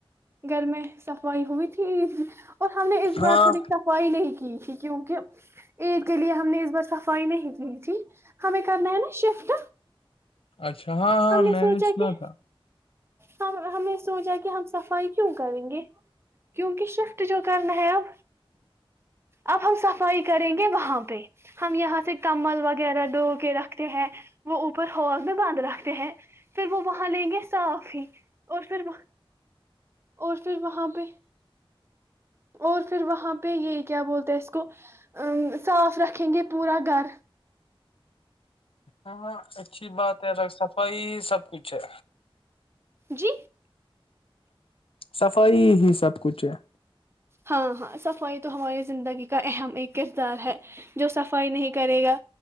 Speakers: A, on the right; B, on the left.
A: گھر میں سخ وائی ہو بھی تھی اور ہم نے اس
B: ہاں
A: بار تھوڑی صفائی نہیں کی کیونکہ عید کے لیے ہم نے اس بار صفائی نہیں کی تھی ہمیں کرنا ہے نا شفٹ
B: اچھا ہاں ہاں
A: ہم
B: میں
A: سوچا
B: نے سنا
A: کہ
B: تھا
A: ہم ہمیں سوچا کہ ہم صفائی کیوں کریں گے کیونکہ شفٹ جو کرنا ہے اب اب ہم صفائی کریں گے وہاں پہ ہم یہاں سے کمل وغیرہ وغیرہ ڈو کے رکھ ہے وہ اوپر ہوور بھی بانند رہا ہیں پھر وہ وہاں لیں گے صاف ہی اور پھر وہ اور پھر وہاں وہاں پہ اور پھر وہاں پہ پ یہ کیا بولتے ہیں اسس کو ا صاف رکھیں گے پورا گھر
B: ہاںاں اچھی بات ہے ڈاکٹر صاحب وہائی سب کچھ ہے
A: جی
B: صفائی ہی سب کچھ ہے
A: ہاں ہاں صفائی تو ہماری زندگی کا اہم ایک کردار ہے جو صفائی نہیں کرے گا